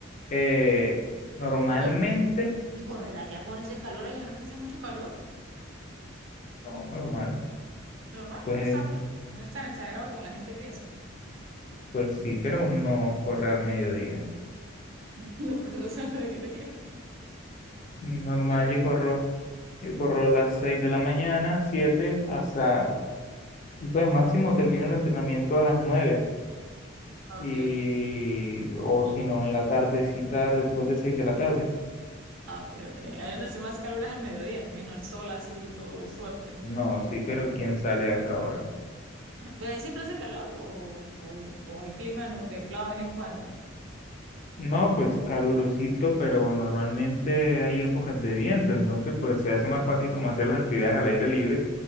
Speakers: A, on the left; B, on the right.
A: eh, normalmente,
B: Ven, y correr allá con ese calor. Allá no es que hace mucho calor.
A: no, normal,
B: normal,
A: pues,
B: y no es tanto, no es tan exagerado como la gente piensa.
A: pues sí, pero uno no corre al mediodía.
B: <laughs> Los correos al mediodía.
A: Normal,
B: Corre...
A: yo corro, yo corro a las 6 de la mañana, 7, hasta, y pues máximo termino el entrenamiento a las 9
B: Ok,
A: y, o si no, en la tardecita después de 6 de la tarde.
B: ah, ok, ok. Ahí donde hace más calor es al mediodía, menos el sol así todo fuerte.
A: No, sí, pero ¿quién sale a esa hora?
B: ¿Pero siempre hace calor o, o, o hay clima no templado de vez en cuando?
A: No, pues calurosito, pero normalmente hay épocas de viento, entonces pues se hace más fácil
B: Mm,
A: como hacer las actividades al aire libre